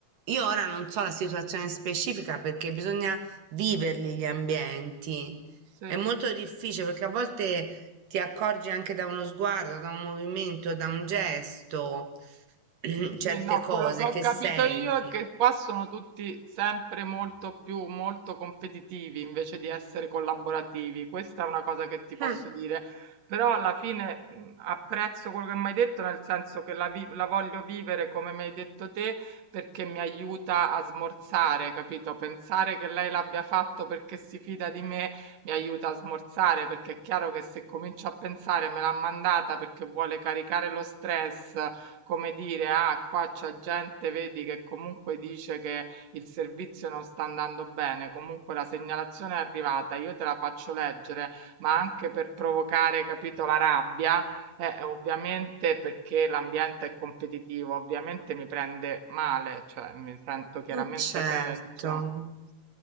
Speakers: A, on the right; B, on the right.
A: io ora non so la situazione specifica perché bisogna viverli gli ambienti.
B: Sì.
A: È molto difficile perché a volte ti accorgi anche da uno sguardo, da un movimento, da un gesto. <clears throat>
B: Sì,
A: certe
B: no,
A: cose
B: quello che ho
A: che
B: capito
A: senti.
B: io è che qua sono tutti sempre molto più, molto competitivi invece di essere collaborativi. Questa è una cosa che ti posso
A: Mm,
B: dire. Però alla fine mh, apprezzo quello che mi hai detto, nel senso che la, vi- la voglio vivere come mi hai detto te, perché mi aiuta a smorzare, capito? Pensare che lei l'abbia fatto perché si fida di me mi aiuta a smorzare, perché è chiaro che se comincio a pensare me l'ha mandata perché vuole caricare lo stress come dire, ah, qua c'è gente, vedi che comunque dice che il servizio non sta andando bene, comunque la segnalazione è arrivata, io te la faccio leggere, ma anche per provocare, capito, la rabbia, eh, ovviamente perché l'ambiente è competitivo, ovviamente mi prende male, cioè mi sento chiaramente
A: mm, certo.
B: peggio.